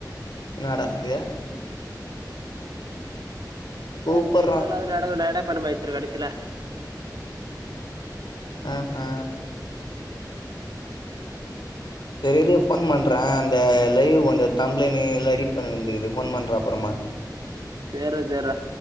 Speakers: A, on the left; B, on the right.
A: என்னாடா இது
B: மச்சா
A: சூப்பர்ரா
B: செருப்பே இல்லாம நடக்க நட பயணம் ஆயிருச்சிடா கடைசில
A: அ ஹே சேரி இரு ஃபோன் பண்றே அந்த லைவ் ஒன்னு டம்ப்ளைண்னு எல்லா எடிட் பண்ண வேண்டிருக்கு ஃபோன் பண்றே அப்பறமா
B: சேர்ரா சேர்ரா